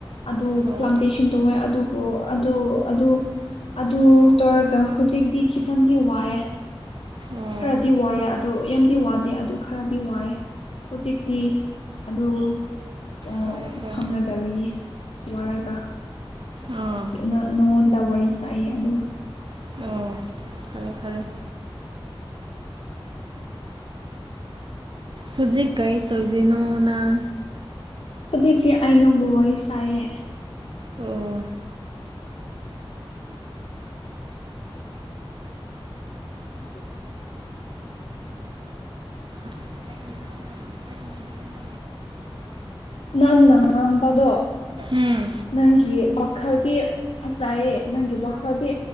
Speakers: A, on the left (about 80°); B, on the right (about 60°).
A: ꯑꯗꯨ
B: ꯑꯣ
A: ꯄ꯭ꯂꯥꯟꯇꯦꯁꯟ ꯇꯧꯋꯦ ꯑꯗꯨꯕꯨ ꯑꯗꯨ ꯑꯗꯨ ꯑꯗꯨ ꯇꯧꯔꯒ ꯍꯧꯖꯤꯛꯇꯤ ꯈꯤꯇꯪꯗꯤ ꯋꯥꯔꯦ
B: ꯑꯣ
A: ꯈꯔꯗꯤ ꯋꯥꯔꯦ ꯑꯗꯨ ꯌꯥꯝꯗꯤ ꯋꯥꯗꯦ ꯑꯗꯨ ꯈꯔꯗꯤ ꯋꯥꯔꯦ ꯍꯧꯖꯤꯛꯇꯤ ꯑꯗꯨ ꯑꯣ
B: ꯍꯣꯏ ꯍꯣꯏ
A: ꯐꯝꯔꯒ ꯂꯩꯌꯦ ꯋꯥꯔꯒ
B: ꯑꯥ
A: ꯅꯪ ꯅꯪꯉꯣꯟꯗ ꯋꯥꯔꯤ ꯁꯥꯏꯑꯦ ꯑꯗꯨꯒ
B: ꯑ ꯐꯔꯦ ꯐꯔꯦ ꯍꯧꯖꯤꯛ ꯀꯔꯤ ꯇꯧꯗꯣꯏꯅꯣ ꯅꯪ
A: ꯍꯧꯖꯤꯛꯇꯤ ꯑꯩ ꯅꯪꯕꯨ ꯋꯥꯔꯤ ꯁꯥꯏꯌꯦ
B: ꯑꯣ
A: <unintelligible>
B: <unintelligible>
A: ꯅꯪꯅ ꯉꯥꯡꯕꯗꯣ
B: ꯎꯝ
A: ꯅꯪꯒꯤ ꯋꯥꯈꯜꯗꯤ ꯐꯠꯖꯩꯌꯦ ꯅꯪꯒꯤ ꯋꯥꯈꯜꯗꯤ